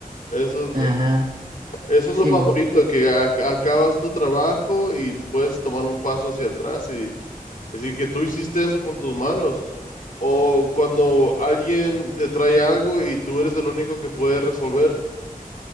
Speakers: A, on the left; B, on the right.
A: Eso
B: Ajá,
A: Eso
B: sí,
A: es lo favorito,
B: pues.
A: que a- acabas tu trabajo y puedes tomar un paso hacia atrás y decir que tú hiciste eso con tus manos. O cuando alguien te trae algo y tú eres el único que puede resolver.